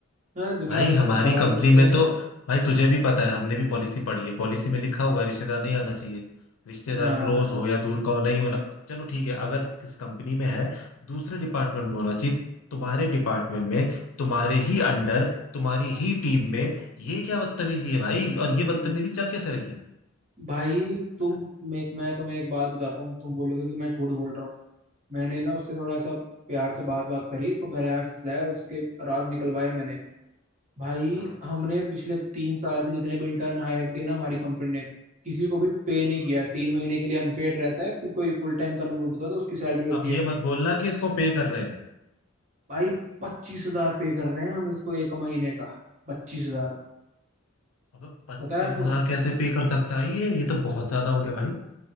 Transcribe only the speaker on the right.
हाँ दुनिया
भर
के तो सवाल
पूछते
हैं
हाँ
हम्म।
भाई तुम
मैं मैं तुम्हें एक बात बताता हूँ तुम बोलोगे कि मैं झूठ बोल रहा हूँ मैंने ना उससे थोड़ा सा प्यार से बात बात करी उसको बहलाया फुसलाया उसके राज निकलवाए मैंने भाई
हमने पिछले तीन साल से जितने भी इंटर्न हायर किए ना हमारी कंपनी ने किसी को भी पे
नहीं किया तीन महीने के लिए अनपेड रहता है फिर कोई फुल टाइम कन्वर्ट होता है तो उसकी सैलरी होती
है
भाई पच्चीस हजार पे कर रहे हैं हम इसको एक महीने का पच्चीस हजार
पता है आपको